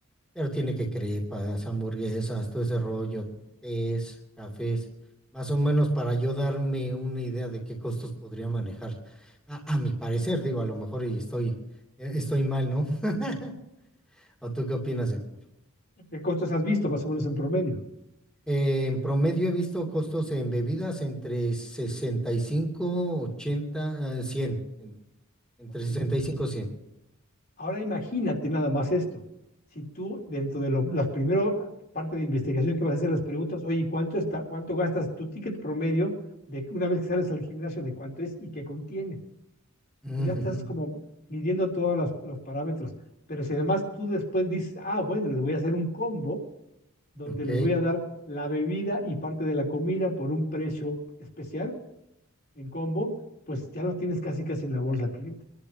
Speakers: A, in the centre; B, on the left.
A: pero tiene que crepas, hamburguesas, todo ese rollo, tés, cafés, más o menos para yo darme una idea de qué costos podría manejar. A, a mi parecer, digo, a lo mejor y estoy, eh, estoy mal, ¿no? <laughs> ¿O tú qué opinas, Héctor?
B: ¿Qué costos has visto más o menos en promedio?
A: Eh, en promedio he visto costos en bebidas entre 65, 80, eh, 100, en- entre
B: Ok.
A: sesenta y 100.
B: Ahora imagínate nada más esto. Si tú dentro de lo- la primera parte de investigación que vas a hacer las preguntas, oye, ¿cuánto está, cuánto gastas tu ticket promedio de una vez que sales al gimnasio de cuánto es y qué contiene?
A: Ujujú,
B: Entonces ya estás como midiendo todos los, los parámetros. Pero si además tú después dices, ah, bueno, les voy a hacer un combo donde
A: Ok,
B: les voy a dar la bebida y parte de la comida por un precio especial en combo, pues ya lo tienes casi casi en la bolsa aquí